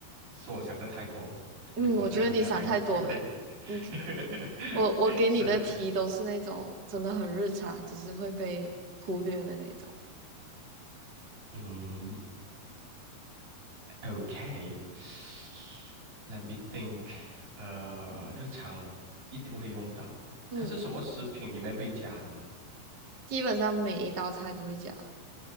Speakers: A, on the right (about 75°); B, on the right (about 30°).
A: 是我想的太多了？
B: 嗯，
A: 为什么这个东西好像有点
B: 我觉得你想太多了。你可，
A: <laughs>
B: 嗯我我给你的题都是那种真的很日常，
A: 是的，
B: 只是会被忽略的那种。
A: 嗯，OK，OK，Let me think，呃，日常一定会用到，
B: 嗯，
A: 它是什么食品里面会加的吗？
B: 基本上每一道菜都会加。